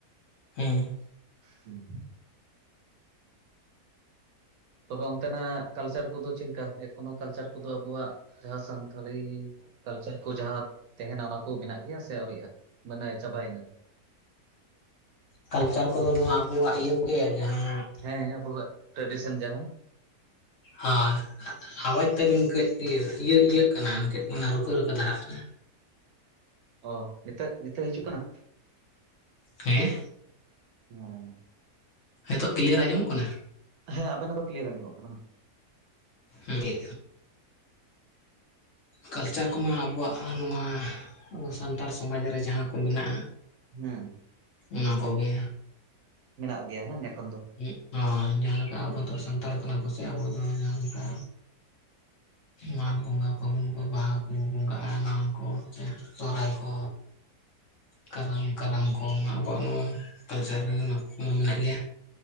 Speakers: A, on the left; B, on the right.
A: ᱦᱩᱸ
B: ᱦᱩᱸ ᱛᱚᱵᱮ ᱚᱱᱛᱮᱱᱟᱜ ᱠᱟᱞᱪᱟᱨ ᱠᱚᱫᱚ ᱪᱮᱫ ᱞᱮᱠᱟ ᱮᱠᱷᱚᱱᱳ ᱠᱟᱞᱪᱟᱨ ᱠᱚᱫᱚ ᱟᱵᱚᱣᱟᱜ ᱡᱟᱦᱟᱸ ᱥᱟᱱ -ᱛᱷᱟᱞᱤ ᱠᱟᱞᱪᱟᱨ ᱠᱚ ᱡᱟᱦᱟᱸ ᱛᱟᱦᱮᱱᱟ ᱚᱱᱟ ᱠᱚ ᱢᱮᱱᱟᱜ ᱜᱮᱭᱟ ᱥᱮ ᱟᱹᱣᱨᱤᱼᱟ ᱢᱟᱱᱮ ᱪᱟᱵᱟᱭᱮᱱᱟ
A: ᱠᱟᱞᱪᱟᱨ ᱠᱚᱫᱚ ᱱᱚᱣᱟ ᱟᱵᱚᱣᱟᱜ ᱤᱭᱟᱹ ᱠᱚᱜᱮ ᱡᱟᱦᱟᱸ
B: ᱦᱮᱸ ᱟᱵᱚᱣᱟᱜ ᱴᱨᱮᱰᱤᱥᱚᱱ ᱡᱟᱦᱟᱸ
A: ᱦᱟᱸ ᱟᱣᱟᱡᱽ ᱛᱟᱹᱵᱤᱱ ᱠᱟᱹᱡ ᱤᱭᱟᱹ ᱤᱭᱟᱹ ᱤᱭᱟᱹᱜ ᱠᱟᱱᱟ ᱪᱮᱫ ᱠᱚ ᱢᱮᱱᱟ ᱨᱩᱠᱟᱹ ᱨᱩᱠᱟᱹ ᱫᱷᱟᱨᱟᱜ ᱠᱟᱱᱟ
B: ᱚ ᱱᱤᱛᱟᱹᱜ ᱱᱤᱛᱚᱜ ᱦᱤᱡᱩᱜ ᱠᱟᱱᱟ?
A: ᱦᱮᱸ
B: ᱦᱮᱸ
A: ᱦᱤᱛᱳ ᱠᱤᱞᱤᱭᱟᱨ ᱟᱸᱡᱚᱢᱚᱜ ᱠᱟᱱᱟ?
B: ᱦᱮᱸ ᱟᱵᱮᱱᱟᱜ ᱫᱚ ᱠᱤᱞᱤᱭᱟᱨ ᱟᱸᱡᱚᱢᱚᱜ ᱠᱟᱱᱟ
A: ᱦᱩᱸ ᱜᱮ ᱠᱟᱞᱪᱟᱨ ᱠᱚᱢᱟ ᱟᱵᱚᱣᱟᱜ ᱱᱚᱣᱟ ᱟᱵᱚ ᱥᱟᱱᱛᱟᱲ ᱥᱚᱢᱟᱡᱽ ᱨᱮ ᱡᱟᱦᱟᱸ ᱠᱚ ᱢᱮᱱᱟᱜ-ᱟ
B: ᱦᱮᱸ
A: ᱚᱱᱟ ᱠᱚᱜᱮ
B: ᱢᱮᱱᱟᱜ ᱜᱮᱭᱟ <unintelligible> ᱮᱠᱷᱚᱱ ᱫᱚ
A: ᱚ ᱡᱟᱦᱟᱸ ᱞᱮᱠᱟ ᱟᱵᱚ ᱫᱚ ᱥᱟᱱᱛᱟᱲ ᱠᱟᱱᱟ ᱵᱚᱥᱮ ᱟᱵᱚ ᱫᱚ ᱡᱟᱦᱟᱸ ᱞᱮᱠᱟ ᱢᱟᱜᱽ ᱵᱚᱸᱜᱟ ᱯᱷᱟᱹᱜᱩᱱ ᱵᱟᱦᱟ ᱠᱚ ᱵᱚᱸᱜᱟᱜ-ᱟ ᱱᱚᱣᱟ ᱠᱚ ᱥᱚᱦᱨᱟᱭ ᱠᱚ ᱠᱟᱨᱟᱢ ᱠᱟᱨᱟᱢ ᱠᱚ ᱟᱵᱚᱣᱟᱜ ᱱᱚᱣᱟ ᱠᱟᱞᱪᱟᱨ ᱨᱮ ᱢᱟ ᱢᱮᱱᱟᱜ ᱜᱮᱭᱟ᱾